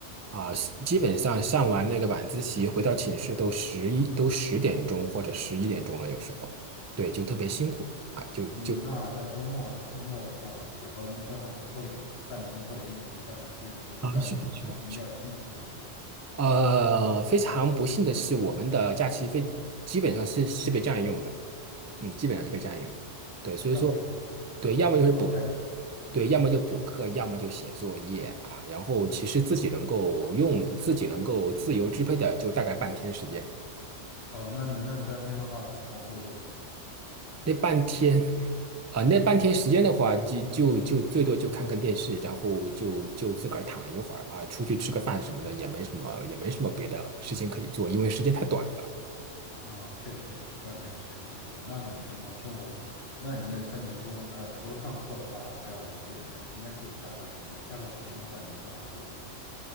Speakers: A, on the right (about 25°); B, on the left (about 55°).
A: 啊、基本上上完那个晚自习回到寝室都十一都十点钟或者十一点钟了，有时候对，就特别辛苦啊，就就
B: 嗯，那在周末呢？周末的话，我记得高中生还是会有一半天或者一天的假期的。在这半天或者一天假期，
A: 啊，是的，是的。
B: 你会做些什么？
A: 呃，非常不幸的是，我们的假期非基本上是是被占用的，嗯，基本上是被占用的。对，所以说，
B: 占用？
A: 对，要么就是补，
B: 哦，占用啊。
A: 对，要么就补课，要么就写作业啊。然后其实自己能够用，自己能够自由支配的，就大概半天时间。
B: 哦，那那那你半天的话，你一般会做什么？
A: 那半天，啊、那半天时间的话，就就就最多就看看电视，然后就就自个儿躺一会儿啊，出去吃个饭什么的，也没什么也没什么别的事情可以做，因为时间太短了。
B: 啊，确实也是，半天的时间确实短。那你日常生活的，那你那三年中，呃，除了上课的话，还有我记得应该是有下课时间的。下课时间的话，你一般会做些什么？